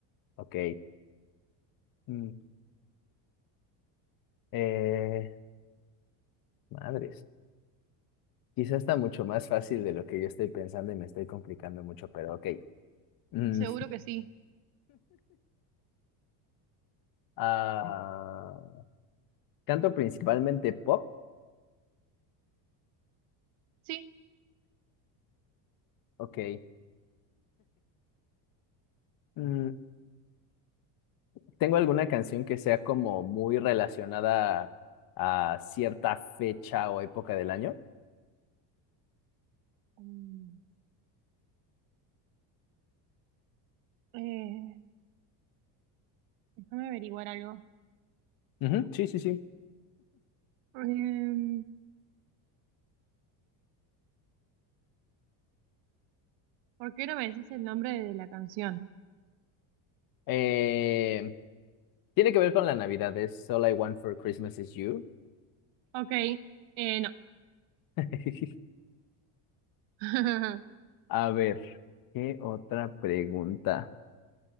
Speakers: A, on the left; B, on the right.
A: ok. mm, eh, madres. Quizás está mucho más fácil de lo que yo estoy pensando y me estoy complicando mucho, pero ok. Mm,
B: Seguro que sí.
A: ah, canto principalmente pop.
B: Sí.
A: Ok. Mm, ¿Tengo alguna canción que sea como muy relacionada a cierta fecha o época del año?
B: Mm, eh, déjame averiguar algo.
A: Ujú, sí, sí, sí.
B: Em, ¿por qué no me decís el nombre de la canción?
A: Eh, tiene que ver con la Navidad, es All I Want for Christmas is You.
B: Ok. Eh, no.
A: <laughs>
B: <laughs>
A: A ver, ¿qué otra pregunta?